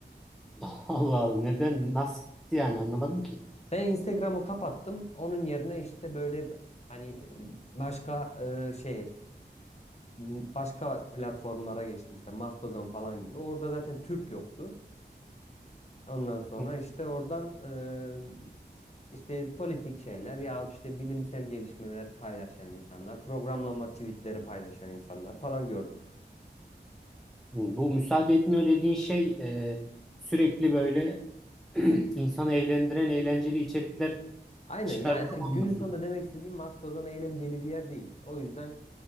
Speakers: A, in the centre; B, on the left.
A: <laughs> Allah Allah neden nasıl yani anlamadım ki.
B: Ben Instagram'ı kapattım. Onun yerine işte böyle b- hani e, başka e, şey n- başka platformlara geçtim işte Mastodon falan gibi. Orada zaten Türk yoktu. Ondan sonra
A: Hı,
B: işte oradan e, İşte politik şeyler yahut işte bilimsel gelişmeler paylaşan insanlar, programlama tweetleri paylaşan insanlar falan gördüm.
A: Bu müsaade etmiyor dediğin şey e, sürekli böyle <clears throat> İnsanı eğlendiren eğlenceli içerikler
B: Aynen
A: çıkarıyor
B: yani
A: olması
B: <laughs> günün sonunda
A: mı?
B: demek istediğim Mastodon eğlenceli bir yer değil. O yüzden